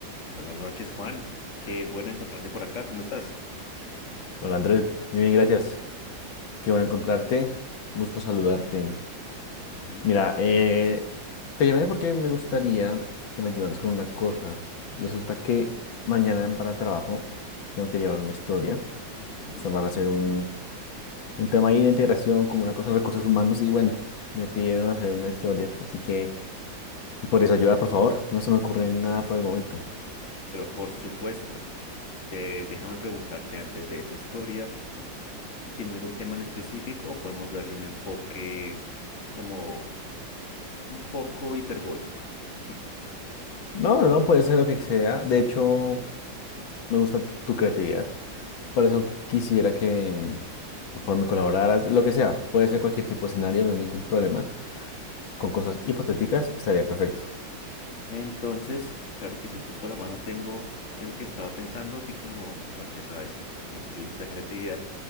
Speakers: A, on the left; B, on the left.
A: Buenas noches, Juan. Qué bueno encontrarte por acá. ¿Cómo estás?
B: Hola Andrés, muy bien, gracias. Qué bueno encontrarte. Un gusto saludarte.
A: Ujú,
B: Mira, eh, te llamé porque me gustaría que me ayudaras con una cosa. Resulta que mañana para el trabajo tengo que llevar una historia.
A: ujú.
B: Estas van a ser un, un tema ahí de integración, como una cosa de recursos humanos. Y bueno, me pidieron hacer una historia. Así que, ¿me ¿podrías ayudar, por favor? No se me ocurre nada por el momento.
A: Pero por supuesto, te- déjame preguntarte antes de esta historia, ¿tiene algún tema en específico o podemos darle un enfoque como un poco hiperbólico? <laughs>
B: No, no, no, puede ser lo que sea. De hecho. Me gusta tu creatividad. Por eso quisiera que, por favor, me colaboraras. Lo que sea, puede ser cualquier tipo de escenario, no hay ningún problema. Con cosas hipotéticas estaría perfecto.
A: Entonces, claro que sí, justo a la mano tengo algo que estaba pensando, así como, bueno, ya sabes, como tú lo dijiste, la creatividad.